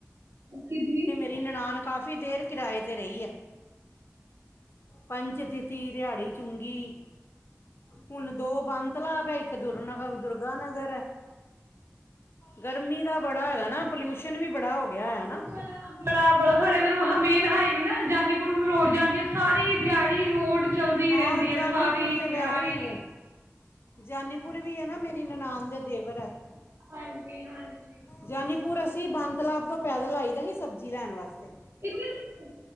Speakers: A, on the right; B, on the left.
A: ਹ ਜੀ
B: ਨਨਾਾਨ ਕਾਫ਼ੀ ਦੇਰ ਕਿਰਾਏ ਤੇ ਰਹੀ ਆ ਪੰਚ ਫ ਰਿਹਾੜੀ ਚੂੰਗੀ ਹੁਣ ਦੋ ਬਾਨ ਤਲਾਬ ਹੈਏ ਦੁਰਨਾਗ ਦੁਰਗਾ ਨਗਰ ਹੈ ਗਰਮੀ ਦਾ ਬੜਾ ਹੈਗਾ ਨਾ ਪੋਲਿਊਸ਼ਨ ਵੀ ਬੜਾ ਹੋ ਗਿਆ ਹੈ ਨਾ
A: ਬਾ ਬੜਾ ਬੜਾ ਤੁਹਾਡੇ ਇਧਰ ਨੂੰ ਮੇਨ ਹਾਈਵੇ ਨਾ ਜਾਨੀਪੁਰ ਨੂੰ ਰੋਡ ਜਾਂਦੀ ਸਾਰੀ ਦਿਹਾੜੀ ਰੋਡ ਚੱਲਦੀ
B: ਹਾਂ
A: ਰਹਿੰਦੀ ਹੈ
B: ਜਾਨੀਪੁਰ
A: ਸਾਰੀ
B: ਤੇ
A: ਦਿਹਾੜੀ
B: ਵੈਸੇ ਹੀ ਰ- ਜਾਨੀਪੁਰ ਵੀ ਹੈ ਨਾ ਮੇਰੀ ਨਨਾਾਨ ਦਾ ਦੇਵਰ ਹੈ
A: ਹਾਂਜੀ ਹਾਂਜੀ
B: ਜਾਨੀਪੁਰ ਅਸੀਂ ਬਾਨ ਤਲਾਬ ਤੋਂ ਪੈਦਲ ਆਈ ਦਾ ਸੀ ਸਬਜ਼ੀ ਲੈਣ ਵਾਸਤੇ
A: ਇਨੀ ਦੂਰੋਂ,